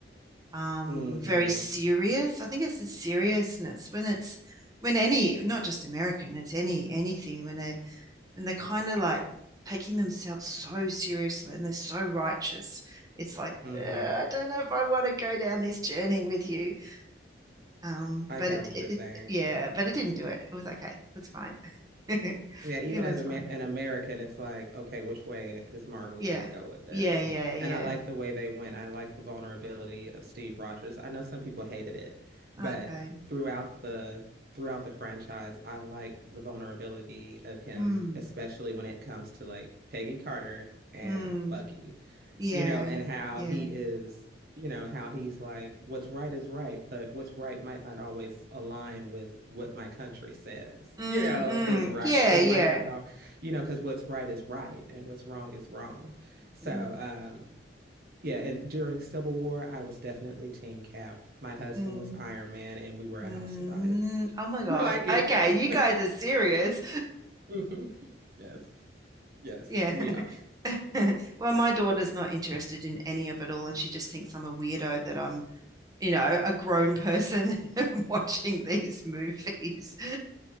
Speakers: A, on the right; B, on the right.
A: um,
B: Mm-hmm.
A: very serious. I think it's the seriousness when it's when any not just American, it's any anything when they when they're kind of like taking themselves so seriously and they're so righteous. It's like
B: Mm-hmm.
A: "Uh, I don't know if I want to go down this journey with you. Um,
B: I
A: but
B: get
A: it,
B: what
A: it,
B: you're
A: it
B: saying.
A: yeah, but it didn't do it. It was okay. It was fine. <laughs>
B: Yeah, even
A: It was
B: as a,
A: fun.
B: an American, it's like, okay, which way is Marvel
A: Yeah.
B: going to go with this?
A: Yeah, yeah, yeah.
B: And I like the way they went. I like the vulnerability of Steve Rogers. I know some people hated it, but
A: Okay.
B: throughout the throughout the franchise, I like the vulnerability of him,
A: Mm.
B: especially when it comes to like Peggy Carter and
A: Mm.
B: Bucky.
A: Yeah.
B: you know, and how
A: Yeah.
B: he is, you know, how he's like, what's right is right, but what's right might not always align with what my country says,
A: Mm,
B: you know,
A: mm.
B: is right.
A: Yeah,
B: It
A: yeah.
B: might not all, you know, because what's right is right and what's wrong is wrong. So,
A: Mm,
B: um, yeah, and during Civil War, I was definitely Team Cap. My husband
A: mm,
B: was Iron Man, and we were a
A: mm.
B: house divided. <laughs>
A: Oh my God.
B: So I get
A: Okay,
B: you.
A: you guys
B: <laughs>
A: are serious.
B: Mhm. Yes, yes,
A: Yeah.
B: we are.
A: <laughs> Well, my daughter's not interested in any of it all, and she just thinks I'm a weirdo that I'm, you know, a grown person <laughs> watching these movies. <laughs>